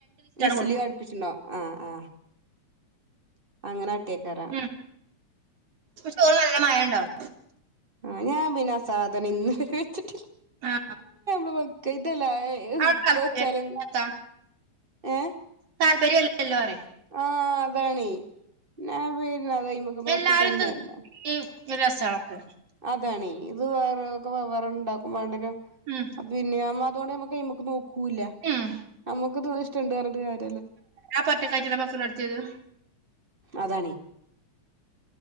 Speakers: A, on the right; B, on the right.
A: വിസിലി
B: കൊടുക്കും
A: അടുപ്പിച്ചിണോ ആ ആ അങ്ങനെ അട്ടിയക്കാരം
B: ഉം ചോറ് നല്ല മായംണ്ടാവും
A: ആ ഞാൻ പിന്നെ സാധനം ഇന്ന് വരെ വെച്ചിട്ടില്ല
B: ആ
A: <unintelligible>
B: അവിടെ താല്പര്യം
A: വെച്ചാലും ഏഹ്
B: താല്പര്യല്ലല്ലോറിം
A: ആഹ് ആണേയ് ഞാൻ വീ പി അത ഇ <unintelligible> മക്ക് നോക്കിട്ടന്നല്ലോ
B: എല്ലാരും തിന്ന് ഈ ഒരു രസവാ അതൊക്കെ
A: അതാണീ ഇത് വേറെക്കെ വെവ്വേറെണ്ടാക്കും വാണ്ട്യെരും
B: ഉം
A: അ പിന്നെമ്മ <unintelligible> നോക്കൂല
B: ഉം
A: നമുക്ക് ണ്ട്ം <unintelligible>
B: ആ പട്ടക്കായി ചന മക്കൽ അടുത്തിത്
A: അതാണി